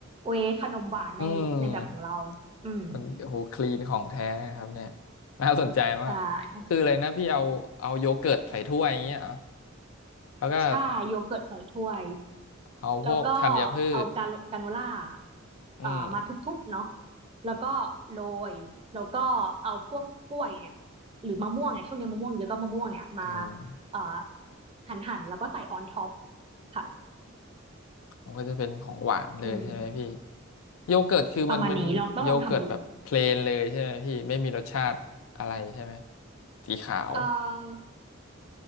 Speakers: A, on the right (about 30°); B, on the left (about 75°).
A: เวย์ขนมหวานในในแบบของเราอืม
B: อืมมันโหคลีนของแท้เลยนะครับเนี่ยน่าสนใจ มาก
A: ใช่ค่ะ
B: คืออะไรนะพี่เอาเอาโยเกิร์ตใส่ถ้วยอย่างเงี้ยเหรอแล้วก็
A: ใช่โยเกิร์ตใส่ถ้วย
B: เอาพวกธัญพืช
A: แล้วก็เอากาโรกาโนล่า
B: อืม
A: เอ่อมาทุบๆเนาะแล้วก็โรยแล้วก็เอาพวกกล้วยเนี่ยหรือมะม่วงเนี่ยช่วงนี้มะม่วงเยอะก็มะม่วงเนี่ยมา
B: อืม
A: เอ่อหั่นหั่นแล้วก็ใส่ออนท็อปค่ะ
B: มันก็จะเป็นของหวานเลยใช่ไหมพี่
A: อืม
B: โยเกิร์ตคือมันเป็นโยเกิร์ตแบบเพลนเลยใช่ไหมพี่ไม่มีรสชาติอะไรใช่ไหม
A: ประมาณนี้ลองต้องลองทำดู
B: สีขาว
A: เอ่อ